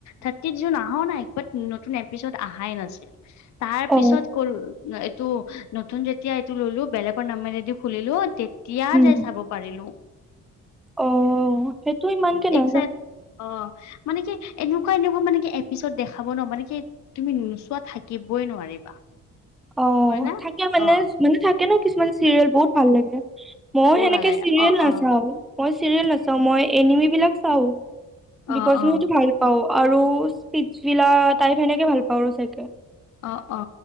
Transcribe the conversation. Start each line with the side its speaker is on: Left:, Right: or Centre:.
Left: থাৰ্টিত জুন আহা নাই বাট নতুন এপিছড অহাই নাছিল তাৰ
Centre: অ
Left: পিছত কৰোৰ তটো নতুন যেতিয়া এইটো ললো বেলেগৰ নাম্বাৰদি খুলিলো তে -- এতিয়া
Centre: উম
Left: যোই চাব পাৰিলো,
Centre: অ', সেইটো ইমান কে না
Left: চাই অ' মানে কি এনেকুৱা এনেকুৱা মানে কি এপিচড দেখাব ন' মানে কি তুমি নোচোৱা থাকিব কবই নোৱাৰিবা।
Centre: অ',
Left: হয় না
Centre: থাকে মানে
Left: অ
Centre: মানে থাকে ন', কিছুমান চিৰিয়েল বহুত ভাল লাগে। মই
Left: বহুত
Centre: সেনেকে
Left: ভাল লাগে
Centre: চিৰিয়েল
Left: অ
Centre: নাচাও
Left: অ
Centre: মই চিৰিয়েল নাচাও মই এনিমি বিলাক চাও, বিকজ
Left: অ অ
Centre: মইটো ভাল পাও। আৰু স্পিছিলা টাই সেনেকে ভাল পাওঁ ৰ চে
Left: অঁ অ